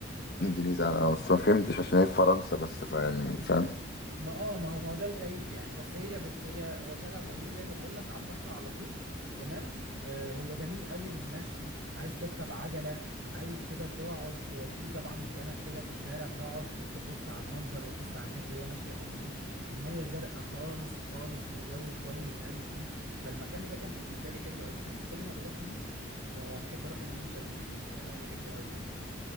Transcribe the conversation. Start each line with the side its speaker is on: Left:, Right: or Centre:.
Left: انجليزي انا بس ما فهمتش عشان هي في فرنسا بس فيعني فاهم
Right: ما اه ما هو ما هو ده الغريب يعني بس هي بص هي هو شارع طويل زي ما بقول لك على البحر على طول تمام آه هو جميل قوي للمشي عايز تركب عجلة عايز كده تقعد في طبعا كنب كده في الشارع تقعد تبص على المنظر وتبص على الناس وهي ماشية في هدوء المية زرقاء خالص خالص والجو كويس قوي فيه فالمكان ده كان بالنسبة لي حلو قوي كنت كل ما بروح نيس ب- بحب اروح الممشى الانجليز ده بحبه قوي يعني